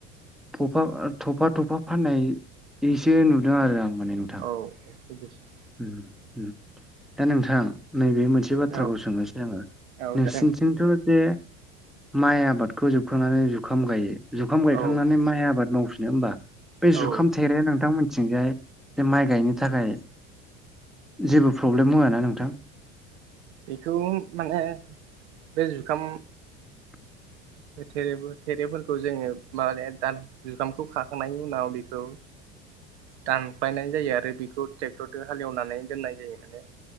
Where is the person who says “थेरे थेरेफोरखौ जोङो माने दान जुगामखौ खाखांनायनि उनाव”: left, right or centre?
Right